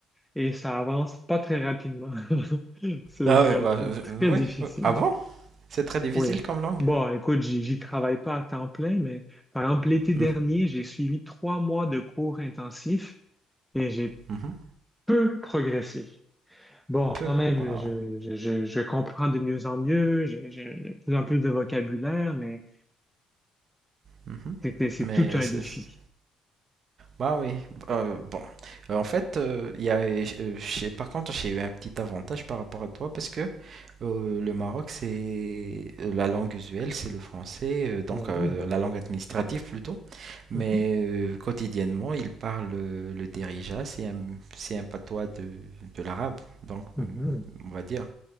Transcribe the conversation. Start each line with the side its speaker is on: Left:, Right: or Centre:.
Centre: et ça avance pas très rapidement. <laughs> C'est
Right: ah
Centre: vraiment
Right: oui, bah, euh,
Centre: très
Right: oui.
Centre: difficile.
Right: oui. Ah bon? C'est très difficile
Centre: Oui.
Right: comme langue.
Centre: Bon, écoute, j'y j'y travaille pas à temps plein, mais par exemple, l'été
Right: Mhm,
Centre: dernier, j'ai suivi trois mois de cours intensifs et j'ai
Right: mhm.
Centre: peu progressé. Bon,
Right: Peu,
Centre: quand même,
Right: waouh.
Centre: je, je, je, je comprends de mieux en mieux, je- j'ai de plus en plus de vocabulaire, mais
Right: Mhm.
Centre: c'était, c'est
Right: Mais
Centre: tout un
Right: c'est
Centre: défi.
Right: Bah oui, euh, bon. Euh, en fait, euh, il y a, euh, j'ai- par contre, j'ai eu un petit avantage par rapport à toi parce que euh, le Maroc, c'est euh, la langue usuelle, c'est le français, euh, donc
Centre: Mais
Right: euh,
Centre: oui.
Right: la langue administrative plutôt. Mais
Centre: Mhm.
Right: euh, quotidiennement, ils parlent euh, le derija, c'est un, c'est un patois de, de l'arabe, donc
Centre: Mhm.
Right: euh, on va dire.